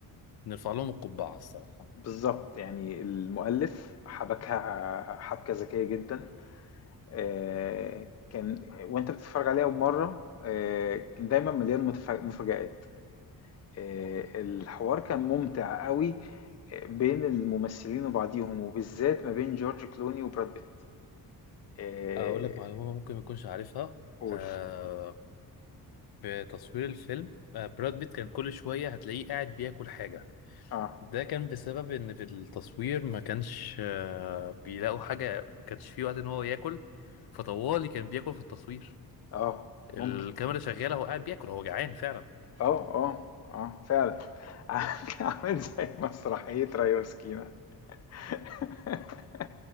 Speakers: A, on the left (about 80°); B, on the left (about 45°).
A: نرفع لهم القبعة الصراحة
B: بالضبط، يعني المؤلف حبكها حبكة ذكية جدًا آآ، كان وأنت بتتفرج عليه أول مرة آآ، كان دايمًا مليان متف مفاجآت آآ،
A: اه
B: الحوار كان ممتع أوي آآ، بين الممثلين وبعضيهم، وبالذات ما بين جورج كلوني وبراد بيت آآ،
A: اقول لك معلومه ممكن ما تكونش عارفها
B: قُل
A: آه في تصوير الفيلم آه براد بيت كان كل شويه هتلاقيه قاعد بياكل حاجه
B: آه،
A: ده كان بسبب ان في التصوير ما كانش آه بيلاقوا حاجه ما كانش فيه وقت ان هو ياكل فطوالي كان بياكل في التصوير
B: آه،
A: الكاميرا
B: ممكن
A: شغاله هو قاعد بياكل هو جعان فعلا
B: آه، آه، آه، فعلًا <laughs> عامل عامل زي مسرحية ريا وسكينة <laughs>